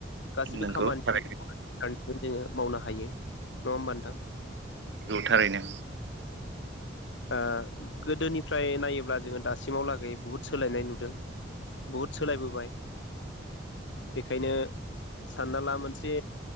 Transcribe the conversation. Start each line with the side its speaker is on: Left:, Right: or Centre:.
Left: खासिबो
Right: नंगौ
Left: खामानि
Right: थारैनो
Left: खौ हाय खो जोङो मावनो हायो नङा होमबा नोंथां।
Right: औ थारैनो।
Left: ओ गोदोनिफ्राय नायोब्ला जोङो दासिमाव लागै बुहुद सोलायनाय नुदों। बुहुद सोलायबोबाय बेखायनो सानना ला मोनसे